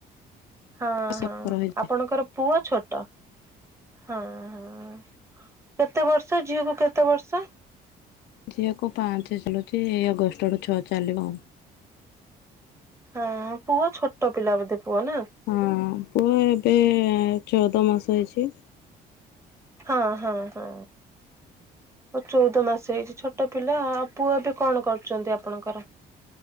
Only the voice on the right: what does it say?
ହଁ
ହଁ
ଆପଣଙ୍କର ପୁଅ ଛୋଟ ହଁ ହଁ ହଁ। କେତେ ବର୍ଷ ଝିଅକୁୁ କେତେ ବର୍ଷ?
ହଁ ପୁଅ ଛୋଟ ପିଲା ବୋଧେ ପୁଅ ନା।
ହଁ ହଁ ହଁ। ଅ ଚଉଦ ମାସ ହେଇଛି ଛୋଟ ପିଲା ପୁଅ ଏବେ କଣ କରୁଛନ୍ତି ଆପଣଙ୍କର?